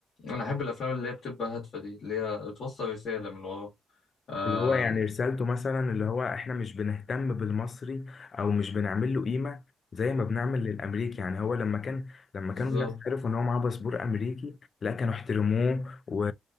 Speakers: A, on the left; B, on the left.
A: انا احب الافلام اللي هي بتبقى هادفه دي اللي هي بتوصل رساله من ورا آم،
B: اللي هو يعني رسالته مثلا اللي هو احنا مش بنهتم بالمصري او مش بنعمل له قيمه زي ما بنعمل للامريكي يعني هو لما كان لما
A: بالظبط
B: كانوا الناس عرفوا ان هو معاه باسبور امريكي لا كانوا احترموه و...